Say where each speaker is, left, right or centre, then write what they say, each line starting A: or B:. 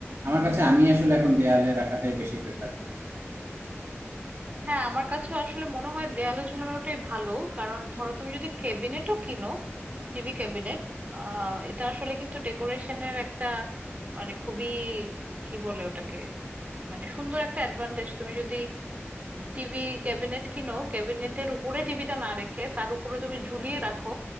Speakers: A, on the right; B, on the right.
A: আমার কাছে আমি আসলে এখন দেয়ালে রাখাটাই বেশি প্রেফার করি
B: হ্যাঁ আমার কাছে আসলে মনে হয় দেয়ালে ঝুলানোটাই ভালো কারণ ধরো তুমি যদি ক্যাবিনেটও কিনো টিভি ক্যাবিনেট আহ এটা আসলে কিন্তু ডেকোরেশনের একটা মানে খুবই কি বলে ওটাকে মানে সুন্দর একটা অ্যাডভান্টেজ তুমি যদি টিভি ক্যাবিনেট কিনো ক্যাবিনেটের উপরে টিভিটা না রেখে তার উপরে তুমি ঝুলিয়ে রাখো